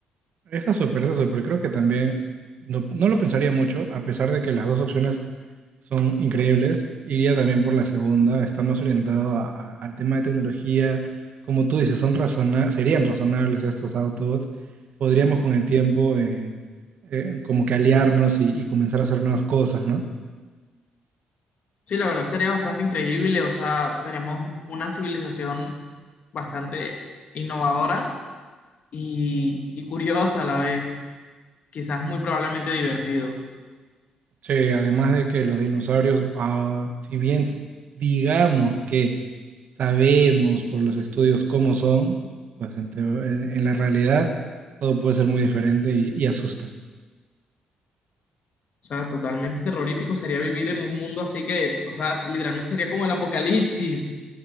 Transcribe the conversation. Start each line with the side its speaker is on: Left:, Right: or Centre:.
Right: Está súper, está súper. Creo que también no, no lo pensaría mucho, a pesar de que las dos opciones son increíbles. Iría también por la segunda, está más orientado a- a- al tema de tecnología. Como tú dices, son razona serían razonables estos autos. Podríamos con el tiempo eh, eh, como que aliarnos y, y comenzar a hacer nuevas cosas, ¿no?
Left: Sí, la verdad estaría bastante increíble, o sea, seríamos una civilización bastante innovadora y, y curiosa a la vez, quizás muy probablemente divertido,
Right: Sí, además de que los dinosaurios, ah, si bien s- digamos que sabemos por los estudios cómo son, pues en, teo- en- en la realidad todo puede ser muy diferente y, y asusta.
Left: o sea, totalmente terrorífico sería vivir en un mundo así que, o sea, literalmente sería como el apocalipsis,